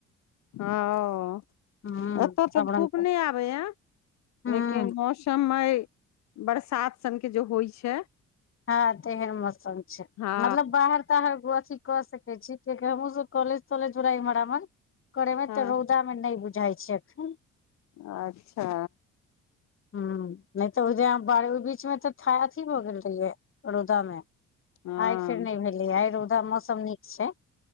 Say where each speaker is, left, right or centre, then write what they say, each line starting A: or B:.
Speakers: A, on the left (about 65°); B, on the left (about 45°).
A: ओ
B: ह
A: अतय
B: सब
A: तऽ धूप
B: रंग के
A: नहि आबैए।
B: ह
A: लेकिन मौसम आइ बरसात सनके जे होइत छै
B: ह तहेन मौसम छै
A: हँ
B: मतलब बाहर तऽ अथि कऽ सकै छी कियाकी हमहुँ सभ कॉलज तॉलेज इमहर आमहर करे मे
A: हँ
B: तऽ रौद मे नहि बुझाई छै एखन
A: अच्छा।
B: हैं नहि तऽ ओहि ओहि बीच मे तऽ था अथी भऽ गेल रहियै रौदा मे
A: हँ
B: आइ फेर नहि भेलैया आइ रौदा मौसम नीक छै।